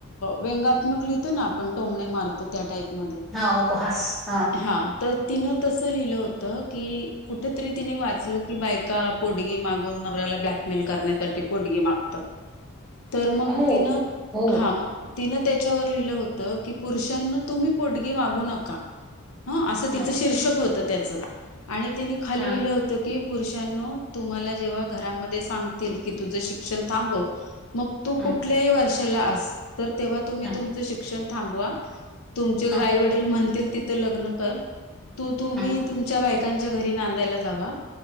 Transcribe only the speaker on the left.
व्यंगात्मक लिहितो ना आपण टोमणे मारतो त्या टाईप मध्ये
हां, तर तिनं तसं लिहिलं होत की कुठेतरी तिने वाचल की बायका पोडगी मागून नवऱ्याला ब्लॅकमेल करण्यासाठी पोडगी मागतात तर मग
तिन
हा मग तिन त्या त्याच्या व लिहिलं होत की पुरुषांना तुम्ही पोडगी मागू नका ह असं
तिचं शीर्षक होत, त्याचं आणि तिने खाली
लिहिलं होतं की. पुरुषांनो तुम्हाला जेव्हा घरामध्ये सांगतील की तुझं शिक्षण थांबव. मग तू
कुठल्याही वर्ष चला अस. तर तेव्हा तुम्ही
तुमचं शिक्षण. थांबवा. तुमचे
आई वडील म्हणतील तिथं लग्न कर.. तू तुम्ही
तुमच्या बायक च्या घरी नांदायला जावा